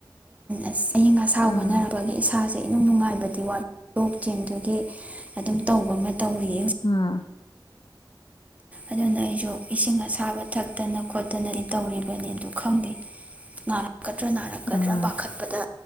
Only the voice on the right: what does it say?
ꯑꯁ ꯑꯏꯪ ꯑꯁꯥ
ꯍꯅꯔꯕꯒꯤ ꯏꯁꯥꯁꯦ ꯅꯨꯡ ꯅꯨꯡꯉꯥꯏꯕꯗꯤ ꯋꯥꯠ ꯂꯣꯛ ꯆꯦꯟꯗꯨꯒꯤ ꯑꯗꯨꯝ ꯇꯧꯕ ꯑꯃ ꯇꯧꯏ
ꯑꯗꯨꯅ ꯑꯩꯁꯨ ꯏꯁꯤꯡ ꯑꯁ ꯊꯥꯕ ꯊꯛꯇꯅ ꯈꯣꯠꯇꯅꯗꯤ ꯇꯧꯔꯤꯕꯅꯤ ꯑꯗꯨ ꯈꯪꯗꯦꯛ ꯄꯥꯛꯀꯗ꯭ꯔꯥ ꯅꯥꯔꯛꯀꯗ꯭ꯔꯥ
ꯄꯥꯈꯠꯄꯗ